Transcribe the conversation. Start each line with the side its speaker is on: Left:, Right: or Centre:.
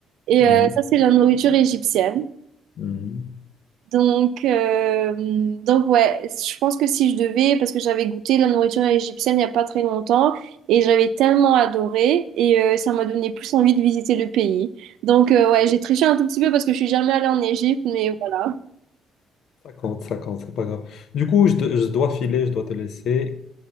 Right: Et
Left: Mhm.
Right: euh, ça, c'est la nourriture égyptienne.
Left: Mhm.
Right: Donc, euh, donc ouais, je pense que si je devais, parce que j'avais goûté la nourriture égyptienne il n'y a pas très longtemps et j'avais tellement adoré et euh, ça m'a donné plus envie de visiter le pays. Donc euh, ouais, j'ai triché un tout petit peu parce que je suis jamais allée en Égypte, mais voilà.
Left: Ça compte, ça compte, c'est pas grave. Du coup, je, te- je dois filer, je dois te laisser.